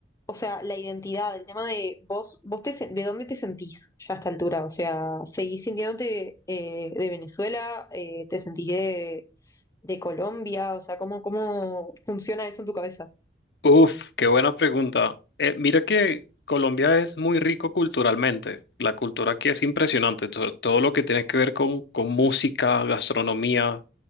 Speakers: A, on the left; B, on the left.
A: o sea, la identidad, el tema de vos, vos te, sen- de dónde te sentís ya a esta altura, o sea, ¿seguís sintiéndote eh, de Venezuela? Eh, ¿te sentís de, de Colombia? O sea, ¿cómo, cómo funciona eso en tu cabeza?
B: Uf, qué buena pregunta. Eh, mira que Colombia es muy rico culturalmente. La cultura aquí es impresionante. Todo, todo lo que tiene que ver con, con música, gastronomía,